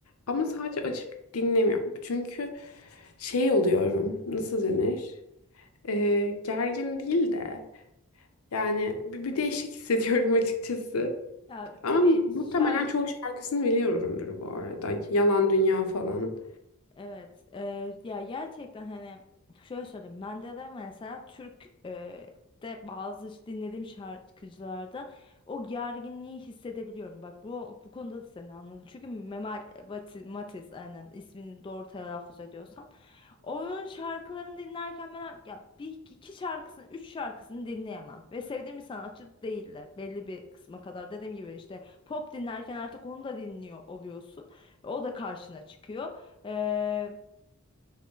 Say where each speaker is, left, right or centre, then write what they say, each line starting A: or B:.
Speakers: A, on the left; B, on the left.
A: ama sadece açıp dinlemiyorum çünkü şey oluyorum nasıl denir Ee, gergin değil de yani bir, bir değişik hissediyorum açıkçası
B: Ya,
A: ama
B: tabii
A: muhtemelen
B: şarkı
A: çoğu şarkısını biliyorumdur bu arada yalan dünya falan
B: Evet, eee, ya gerçekten hani şöyle söyleyeyim, bende de mesela Türk eee, de bazı ş- dinlediğim şarkıcılarda o gerginliği hissedebiliyorum. Bak bu bu konuda da seni anladım. Çünkü Memal Bati- Matiz aynen ismini doğru telaffuz ediyorsam onun şarkılarını dinlerken ben ya bir iki şarkısını, üç şarkısını dinleyemem ve sevdiğim bir sanatçı değil de belli bir kısma kadar dediğim gibi işte pop dinlerken artık onu da dinliyor oluyorsun. O da karşına çıkıyor. Ee,